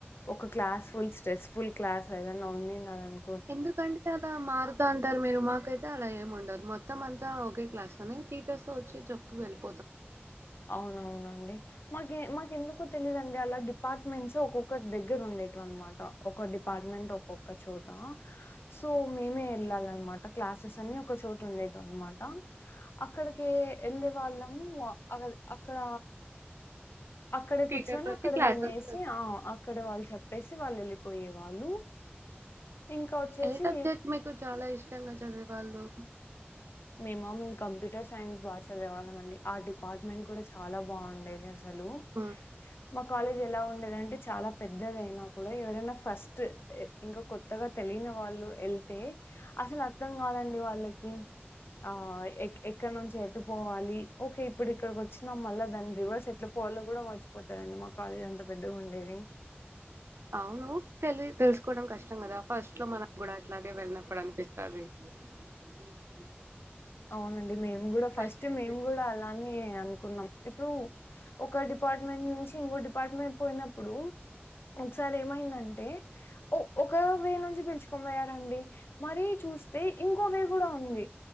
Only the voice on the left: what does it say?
ఒక class full stress full class ఏదన్నా ఉన్నినాది అనుకో
అవునవునండి. మాకు మాకెందుకో తెలీదండి, అలా డిపార్ట్మెంట్స్ ఒక్కొక్క దగ్గర ఉండేటవి అన్నమాట. ఒక డిపార్ట్మెంట్ ఒక్కొక్క చోట సో మేమే వెళ్ళాలిన్నమాట. క్లాసెస్ అని ఒక చోటు ఉండేటవి అన్నమాట. అక్కడిక వెళ్ళే వాళ్ళం. అ అక్కడ అక్కడే
కూర్చొని
అక్కడ
వినేసి, ఆ అక్కడ వాళ్ళు చెప్ప చెప్పేసివాళ్ళు వెళ్ళిపోయే వాళ్ళు. ఇంకా వచ్చేసి
మేమా మేము కంప్యూటర్ సైన్స్ బాగా చదివేవాళ్ళమండి, ఆ డిపార్ట్మెంట్ కూడా చాలా బాగుండేది. అసలు హలో!
మా కాలేజి ఎలా ఉంది? ఉండేదంటే చాలా పెద్దదయినా కూడా, ఎవరైనా ఫస్ట్, ఇంకా కొత్తగా తెలియని వాళ్ళు వెళ్తే అసలు అర్థం కాదండి వాళ్ళకి. ఆ ఎక్కడ నుంచి పోవాలి, ఓకే. ఇప్పుడు ఇక్కడికి వచ్చినాం మళ్ళా దాని రివర్స్ ఎట్లా పోవాలని కూడా మర్చిపోతారండి మా కాలేజ్. ఎంత పెద్దగా ఉండేది.
అవునండి, మేము కూడా
ఫస్ట్
మేము కూడా అలానే అనుకున్నాం. ఇప్పుడు ఒక డిపార్ట్మెంట్ నుంచి ఇంకో డిపార్ట్మెంట్ పోయినప్పుడు ఒకసారి ఏమైందంటే ఒక వే నుంచి పిలుచుకొని పోయారంండి. మరి చూ చూస్తే ఇంకోవే కూడా ఉంది.